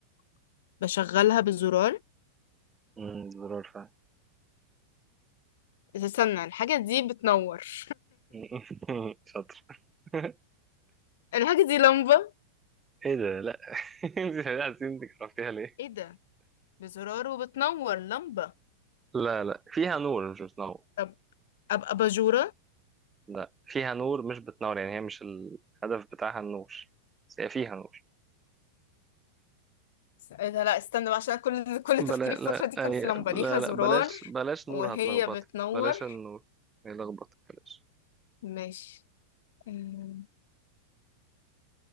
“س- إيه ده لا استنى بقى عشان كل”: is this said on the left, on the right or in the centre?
Left